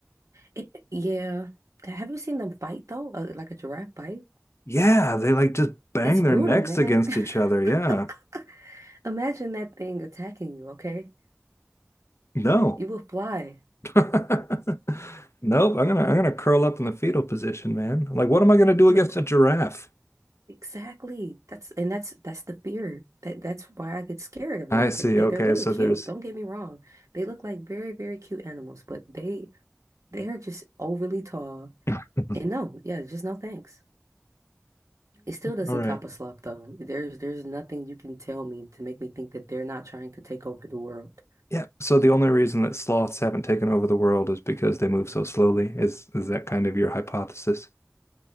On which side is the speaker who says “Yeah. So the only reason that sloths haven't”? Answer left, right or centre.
Left